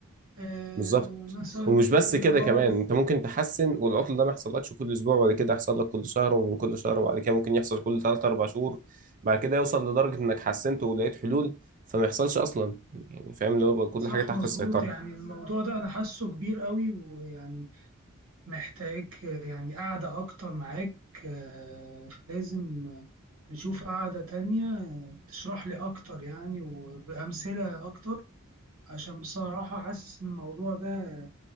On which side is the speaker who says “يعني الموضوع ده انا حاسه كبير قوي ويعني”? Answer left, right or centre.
Right